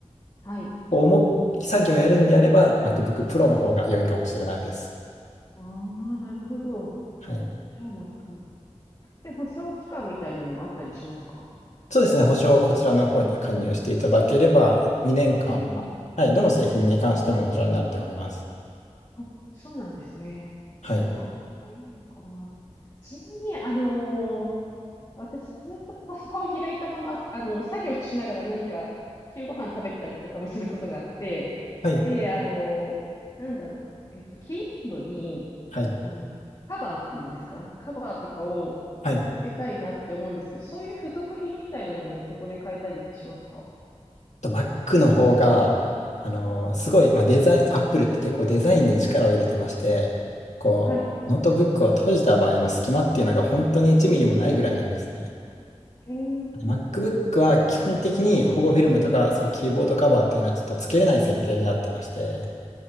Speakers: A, on the left (about 35°); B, on the left (about 80°).
A: はい。
B: こう重い作業をやるんであれば、MacBook Pro の方が良いかもしれないです。
A: ああ、なるほど。
B: はい。
A: じゃあ Mac。で、保証期間みたいなのもあったりしますか
B: そうですね、保証をこちらの方に加入していただければ、2年間は、
A: うん、うん、うん。
B: はい、どの製品に関しても保証になっております。
A: あそうなんですね。
B: はい。
A: じゃあ、待った方がいいのかな。ちなみに、あのー私ずっとパソコン開いたまま、あの、作業しながら何か昼ご飯食べたりとかもすることがあって、
B: はい。
A: で、あのーなんだろう、えっと、キーボードに、
B: はい。
A: あの、カバーっていうんですか、カバーとかを
B: はい。
A: つけたいなって思うんですけど、そういう付属品みたいなのもここで買えたりしますか
B: と Mac の方が、あの、すごい、まあ、デザイン、Apple って結構デザインに力を入れてまして、こう、
A: はい。
B: ノートブックを閉じた場合の隙間っていうのが本当に1ミリもないぐらいなんですね。
A: えー、
B: で MacBook は基本的に保護フィルムとかそういうキーボードカバーっていうのはちょっとつけれない設計になってまして、